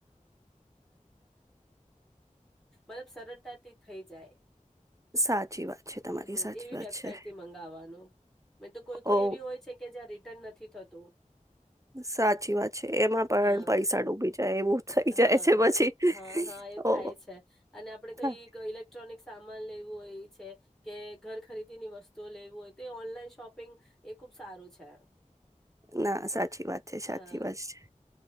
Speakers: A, in the centre; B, on the right.
A: <inaudible> સરળતા થઈ જાય
B: સાચી વાત છે તમારી
A: હમ્મ
B: સાચી
A: એવી
B: વાત
A: વેબસાઈટથી
B: છે
A: મંગાવવાનું મે તો કોઈ કોઈ
B: ઓ
A: એવી હોય છે, કે જ્યાં રે તને નથી થતું
B: સાચી વાત છે, એમાં પણ
A: હા
B: પૈસા ડૂબી જાય એવું થઇ જાય
A: હા
B: છે, પછી
A: હા હા એવું
B: ઓ
A: થાય છે અને આપડ કઈ
B: થાય.
A: ઇલેક્ટ્રોનિક સામાન લેવું હોય, એ છે કે ઘર ખરીદીની વસ્તુઓ લેવુ હોય તો એ ઓનલાઈન શોપિંગ એ ખુબ સારું છે.
B: ના સાચી વાત છે, સાચી
A: હા
B: વાત છે